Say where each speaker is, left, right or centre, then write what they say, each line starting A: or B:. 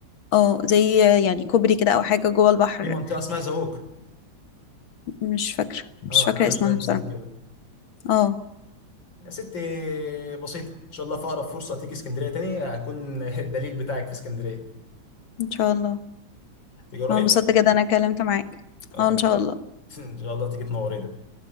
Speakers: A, on the left; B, on the left.
A: اه زي يعني كوبري كده أو حاجة جوه البحر
B: في منطقه اسمها زووك
A: مش فاكرة مش
B: اه
A: فاكرة
B: ده عامل
A: اسمها
B: شبه لسان
A: بصراحة
B: كده
A: اه
B: يا ستي بسيطه ان شاء الله في اقرب فرصه تيجي اسكندريه تاني هكون <laughs> الدليل بتاعك في اسكندريه
A: إن شاء الله
B: تيجي قريب
A: أنا انبسطت جدا أنا اتكلمت معاك
B: انا
A: اه
B: كمان
A: إن شاء
B: أهو.
A: الله
B: <laughs> ان شاء الله تيجي تنورينا